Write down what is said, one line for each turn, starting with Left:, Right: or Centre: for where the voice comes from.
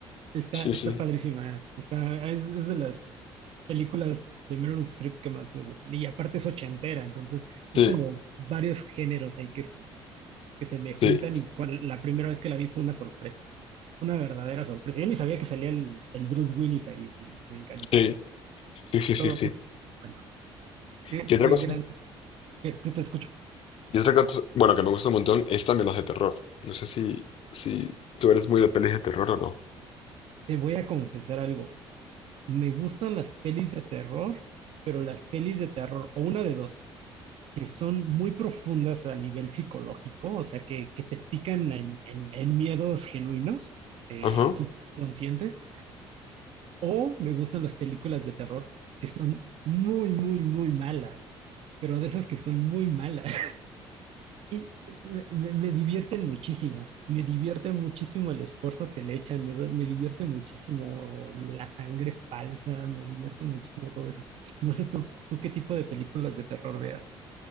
Right: está,
Left: Sí,
Right: está
Left: sí,
Right: padrísima, eh. está, es, es de las películas de Meryl Streep que más me gustan. Y aparte es ochentera, entonces
Left: sí,
Right: es como varios géneros ahí que se, que se me
Left: sí,
Right: juntan y cual- la primera vez que la vi fue una sorpresa, una verdadera sorpresa. Yo ni sabía que salía el, el Bruce Willis ahí y me encantó.
Left: sí, sí, sí, sí,
Right: Todo
Left: sí.
Right: fue bueno. Qué,
Left: Y otra
Right: qué
Left: cosa,
Right: grandes. que- Sí te escucho.
Left: y otra cosa, bueno, que me gusta un montón es también las de terror. No sé si, si tú eres muy de pelis de terror o no.
Right: Te voy a confesar algo. Me gustan las pelis de terror, pero las pelis de terror, o una de dos, que son muy profundas a nivel psicológico, o sea, que, que te pican en, en- en miedos genuinos, eh,
Left: Ajá.
Right: subconscientes, o me gustan las películas de terror que son muy, muy, muy malas, pero de esas que son muy malas. Y me, me- me divierten muchísimo, me divierte muchísimo el esfuerzo que le echan, me, da- me divierte muchísimo la sangre falsa, me divierte muchísimo todo eso. No sé tú, tú qué tipo de películas de terror veas.